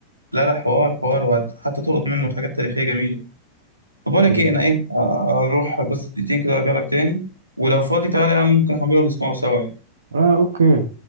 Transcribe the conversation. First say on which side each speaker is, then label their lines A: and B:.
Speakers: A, on the right (about 85°); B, on the right (about 70°).
A: لا لا حوار حوار وحتى تلقط منه حاجات تاريخية جميلة طب بقول لك
B: أوكي.
A: ايه انا ايه آه، اروح بس دقيقتين كده وارجع لك تاني ولو فاضي تعالى يا عم ممكن احمله ونسمعه سوا يعني
B: اه اوكي